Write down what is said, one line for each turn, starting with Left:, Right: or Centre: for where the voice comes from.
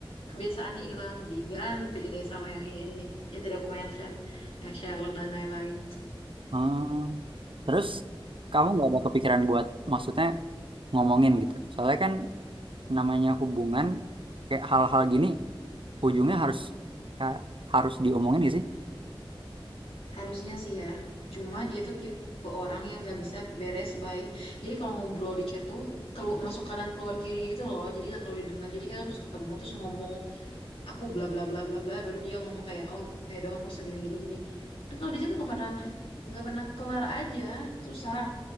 Left: kebiasaannya hilang diganti deh sama yang ini yang tadi aku mention yang Sherlock dan lain-lain
Right: Hmm. Terus kamu nggak ada kepikiran buat maksudnya ngomongin gitu. Soalnya kan namanya hubungan kayak hal-hal gini ujungnya harus kayak harus diomongin gak sih?
Left: harusnya sih ya cuma dia tuh tipe orang yang gak bisa beres by jadi kalau ngobrol di chat tuh kelu masuk kanan keluar kiri gitu loh jadi gak terlalu didengar jadi kita harus ketemu terus ngomong aku bla bla bla bla bla baru dia ngomong kayak oh ya doa aku segini gini gini Nah, kalau di situ nggak pernah nggak pernah kelar aja susah